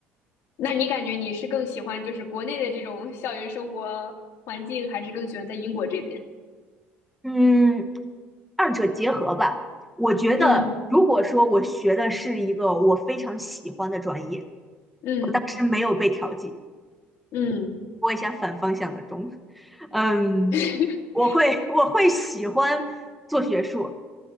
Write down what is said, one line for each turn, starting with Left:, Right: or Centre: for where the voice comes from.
Left: 那你感觉你是更喜欢就是国内的这种校园生活环境，还是更喜欢在英国这边？
Centre: 嗯，二者结合吧。我觉得，
Left: 嗯
Centre: 如果说我学的是一个我非常喜欢的专业，
Left: 嗯
Centre: 当时没有被调剂，
Left: 嗯
Centre: 播一下反方向的钟，嗯，
Left: <laughs>
Centre: 我会我会喜欢做学术，